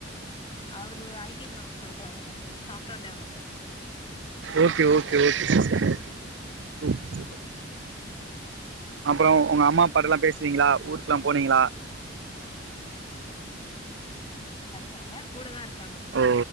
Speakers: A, on the left; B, on the right.
A: அவரு ஐ டி ல ஒர்க் பண்றாருங்க software developer
B: okay okay okay சூப்ப super அப்புறொ உங்க அம்மா அப்பாட்டல்லா பேசுவீங்களா ஊருக்கல்லா போனீங்களா
A: க்காங்க கூடதா இருக்
B: ஓ